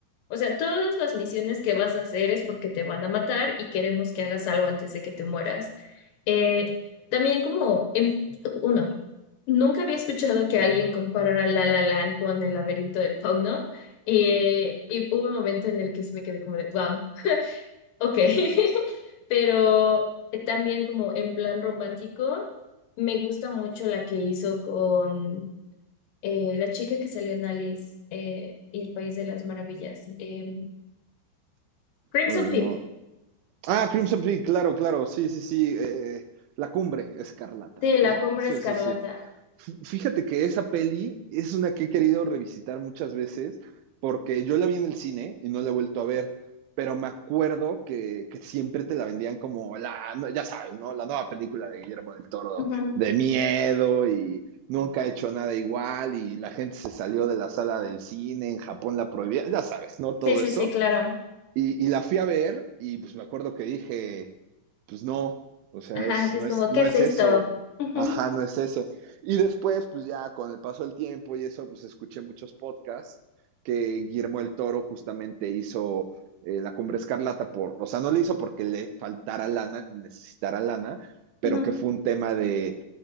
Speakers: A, on the left; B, on the right.
A: O sea, todas las misiones que vas a hacer es porque te van a matar y queremos que hagas algo antes de que te mueras. Eh, también como, en- uno, nunca había escuchado que alguien comparara La La Land con El laberinto del fauno eh, y hubo un momento en el que sí me quedé como de, wow, ok. <laughs> pero eh, también como en plan romántico, me gusta mucho la que hizo con eh, la chica que salió en Alice eh, y el País de las Maravillas. eh, Crimson
B: Órale,
A: Peak,
B: no. Ah, Crimson Peak, claro, claro, sí, sí, sí, eh, la cumbre escarlata,
A: sí, La
B: ¿no?
A: Cumbre
B: Sí,
A: Escarlata.
B: sí, sí. Fíjate que esa peli es una que he querido revisitar muchas veces porque yo la vi en el cine y no la he vuelto a ver, pero me acuerdo que, que siempre te la vendían como la, no- ya sabes, ¿no? La nueva película de Guillermo del Toro
A: Ujú.
B: de miedo y nunca ha hecho nada igual y la gente se salió de la sala del cine, en Japón la prohibía, ya sabes, ¿no? Todo
A: Sí, sí,
B: eso.
A: sí, claro.
B: Y, y la fui a ver y pues me acuerdo que dije, pues no, o sea,
A: Ajá,
B: es,
A: que
B: no
A: es como,
B: es, no
A: ¿qué es
B: es
A: esto?
B: eso.
A: Ujú,
B: Ajá, no es eso. Y después, pues ya con el paso del tiempo y eso, pues escuché muchos podcasts que Guillermo el Toro justamente hizo eh, La Cumbre Escarlata por, o sea, no le hizo porque le faltara lana, ni necesitara lana,
A: ujú.
B: pero que fue un tema de,